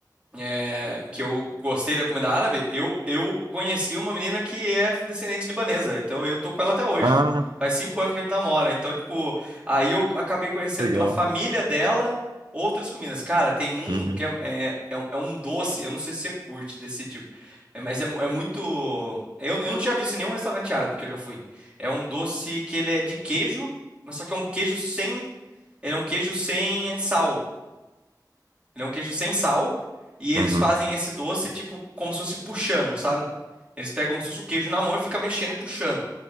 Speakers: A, on the right; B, on the right.
A: é, que eu gostei da comida árabe, eu, eu conheci uma menina que é descendente libanesa, então eu tô com ela até hoje.
B: Ah,
A: Faz cinco anos que a gente namora, então tipo, aí eu acabei conhecendo
B: legal.
A: pela família dela outras comidas. Cara, tem um
B: Uhum.
A: que é, é, é um é um doce, eu não sei se você curte desse tipo, é, mas é, mu- é muito... Eu, eu não tinha visto em nenhum restaurante árabe que eu já fui. É um doce que ele é de queijo, mas só que é um queijo sem ele é um queijo sem sal. Ele é um queijo sem sal. E eles
B: Uhum.
A: fazem
B: Uhum.
A: esse doce, tipo, como se fosse puxando, sabe? Eles pegam como se fosse o queijo na mão e fica mexendo e puxando.